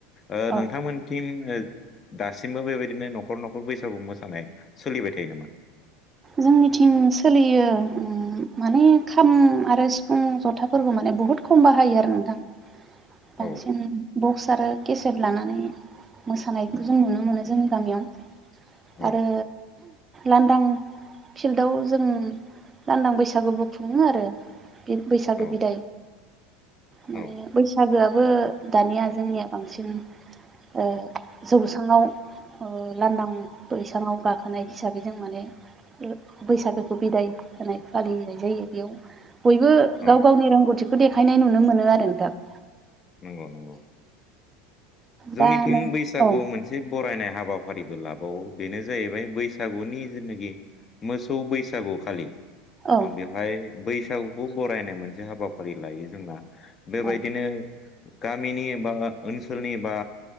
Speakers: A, on the left (about 35°); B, on the right (about 25°).
A: ओ
B: औ
A: नोंथांमोनथिं ओ दासिमबो बेबायदिनो न'खर न'खर बैसागु मोसानाय सोलिबाय थायो नामा?
B: जोंनिथिं सोलियो माने खाम आरो सिफुं जथाफोरखौ माने बहुत खम बाहायो आरो नोंथां। बांसिन
A: औ
B: बक्स आरो केसेट लानानै मोसानायखौ जों नुनो मोनो जोंनि गामियाव,
A: औ
B: आरो लांदां फिल्डआव जों लांदां बैसागुबो खुङो आरो। बैसागो
A: औ
B: बिदाय।
A: औ
B: माने बैसागोआबो दानिया जोंनिया बांसिन ओ जौसाङाव ओ लांदां बैसाङाव गाखोनाय हिसाबै जों माने ओ बैसागोखौ बिदाय होनाय फालिनाय जायो बेयाव बयबो
A: औ
B: गाव गावनि रोंगौथिखौ देखायनाय नुनो मोनो आरो नोंथां।
A: नंगौ नंगौ। जोंनिथिं
B: दा नों
A: बैसागुआव
B: औ
A: मोनसे बरायनाय हाबाफारिबो लाबावो बेनो जाहैबाय बैसागुनि जेनाखि मोसौ बैसागुखालि
B: औ
A: ओ बेवहाय बैसागुखौ बरायनाय मोनसे हाबाफारि लायो जोंना। बेबायदिनो
B: औ
A: गामिनि बा ओ-ओनसोलनि बा